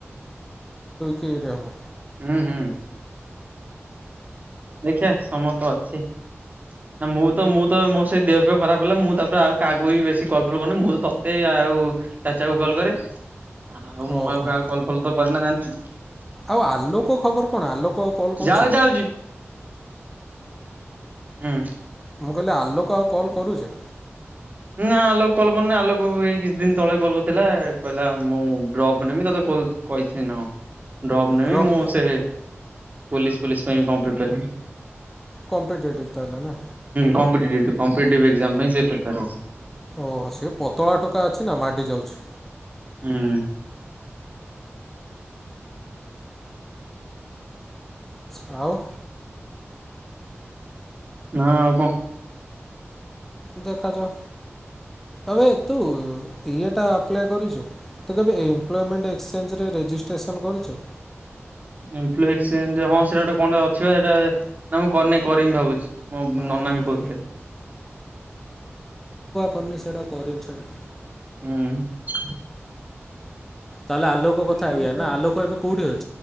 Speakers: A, in the centre; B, on the right.
A: କିରେ ହବ।
B: ହୁଁ ହୁଁ। ଦେଖିଆ ସମୟ ତ ଅଛି, ନା ମୁଁ ତ ମୁଁ ତ ମୋ ସେଇ ଦେହ ଫେହ ଖରାପ ହେଲେ ମୁଁ ତାପରେ ଆଉ କାହାକୁ ବି ବେଶୀ କଲ୍ ଫଲ୍‌ କରୁନି, ମୁଁ ତ ତତେ ଆଉ ଚାଚା କୁ କଲ୍ କରେ। ଆଉ ମୁଁ
A: ଓହୋ
B: ଆଉ କାହାକୁ କଲ୍ ଫଲ ତ କରେନା ଜାଣିଥି। <unintelligible>
A: ଆଉ ଆଲୋକ ଖବର କଣ ଆଲୋକ ଆଉ କଲ କରୁଚି।
B: ଯାଉ ଯାଉଛି। ହୁଁ।
A: ମୁଁ କହିଲି ଆଲୋକ ଆଉ କଲ୍ କରୁଚି?
B: ନା ଆଲୋକ କଲ୍ କରିନି ଆଲୋକ ଏଇ କିଛି ଦିନ ତଳେ କଲ୍ କରିଥିଲା କହିଲା ମୁଁ ଡ୍ରପ୍ ନେବି ତୋତେ କହିଥିଲି ନାଁ କଣ? ଡପ ନେବି
A: ଡ୍ରପ୍
B: ମୁଁ ସେ ପୋଲିସ ପୋଲିସ ପାଇଁ ବି କଣ ପ୍ରିପାର ହେମି
A: କମ୍ପିଟେଟିଭ ତାର ନା।
B: କମ୍ପଟେଟି କମ୍ପଟେଟି୍ ଏକ୍ଜାମ ପାଇଁ ସେ ପ୍ରିପାର ହୋଉଚି
A: ଓହୋ ସେ ପତଳା ଟୋକା ଅଛି ନା ମାଡି ଯାଉଚି।
B: ହୁଁ।
A: ଆଉ
B: ନା ଆଉ କଣ?
A: ଦେଖାଯାଉ ଆବେ ତୁ ଇଏଟା ଆପ୍ଲା କରିଚୁ, ତୁ କେବେ ଏମ୍ପ୍ଲମେଣ୍ଟ ଏକ୍ସଚେ୍ଜରେ ରେଜିଷ୍ଟ୍ରେସନ କରିଚୁ।
B: ହଁ ସେଟା ଗୋଟେ କଣେ ଅଛି ଏଇଟା ନା ମୁଁ କରିନ କରିମି ଭାବୁଚି। ମୋ
A: ଓହୋ
B: ନନା ବି କହୁଥିଲେ।
A: କନୀ ସାଇଡ଼ ଆ କରିମ୍ ସାଇଡ଼୍
B: ହୁଁ
A: ତାହେଲେ ଆଲୋ କ କଥା
B: ହୁଁ।
A: ଏଇଆ ନା ଆଲୋକ ଏବେ କୋଉଠି ଅ